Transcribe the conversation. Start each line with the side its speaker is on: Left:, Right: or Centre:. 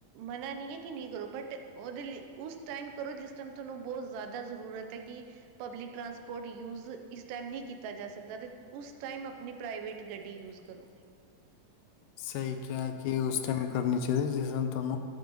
Right: ਮਨਾ ਨਹੀਂ ਏ, ਕਿ ਨਹੀਂ ਕਰੋ ਬਟ ਉਹਦੇ ਲਈ, ਉਸ ਟਾਈਮ ਕਰੋ, ਜਿਸ ਟਾਈਮ ਤੁਹਾਨੂੰ ਬਹੁਤ ਜ਼ਿਆਦਾ ਜ਼ਰੂਰਤ ਏ, ਕਿ ਪਬਲਿਕ ਟ੍ਰਾਂਸਪੋਰਟ ਯੂਜ ਇਸ ਟਾਇਮ ਨਹੀਂ ਕੀਤਾ ਜਾ ਸਕਦਾ, ਤੇ ਉਸ ਟਾਈਮ, ਆਪਣੀ ਪ੍ਰਾਈਵੇਟ ਗੱਡੀ ਯੂਜ ਕਰੋ।
Left: ਸਹੀ ਕਿਆ ਕਿ, ਉਸ ਟਾਈਮ ਕਰਨੀ ਚਾਹੀਦੀ, ਜਿਸ ਨਾਲ ਤੁਹਾਨੂੰ